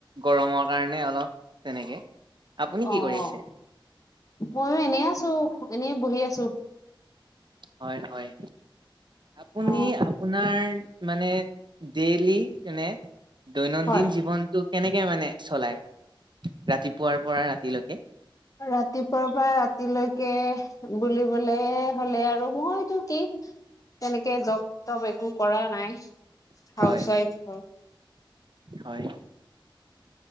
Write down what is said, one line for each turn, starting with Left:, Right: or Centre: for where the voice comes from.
Right: গৰমৰ কাৰণে অলপ তেনেকে। আপুনি
Left: অ'
Right: কি কৰি আছে?
Left: মইও এনে আছো, এনেই বহি আছো।
Right: হয় হয়। আপুনি
Left: অ
Right: আপোনাৰ মানে ডেইলি মানে দৈনন্দিন
Left: হয়
Right: জীৱনটোক কেনেকে মানে চলায়, ৰাতিপুৱাৰ পৰা ৰাতিলৈকে?
Left: ৰাতিপুৱা পৰা ৰাতিলৈকে বুলিবলে হ'লে আৰু মইতো কি তেনেকে জব তব একো কৰা নাই, হাউচ
Right: হয়
Left: ৱাইফ হয়।
Right: হয়।